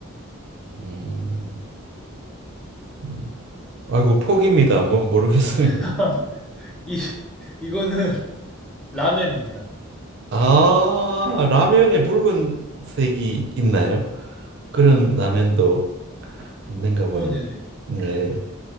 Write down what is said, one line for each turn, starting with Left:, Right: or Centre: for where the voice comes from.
Right: 음, 음. 아이고 포기입니다. 뭐 모르겠습니다.
Centre: <laughs> 이 이거는 <laughs> 라면입니다.
Right: 아, 라면에 붉은색이 있나요? 그런 라면도 있는가 보네.
Centre: 어, 네네.
Right: 네.